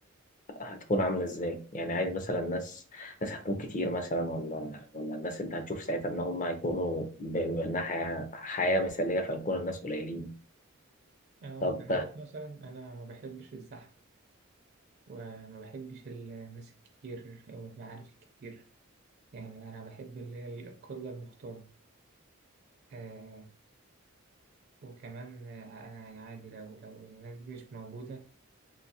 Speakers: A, on the left; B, on the right.
A: هتكون عاملة ازاي؟ يعني عايز مثلا ناس ناس هتكون كتير مثلا ولا ولا الناس انت هتشوف ساعتها ان هم هيكونوا ب- بأنها حياة حياة مثالية فيكون الناس قليلين
B: أو
A: طب
B: أنت عارف مثلا أنا ما بحبش الزحمة وما بحبش الناس الكتير أو المعارف الكتير يعني أنا بحب اللي هي القلة المختارة آه وكمان آه، أنا يعني عادي لو لو الناس دي مش موجودة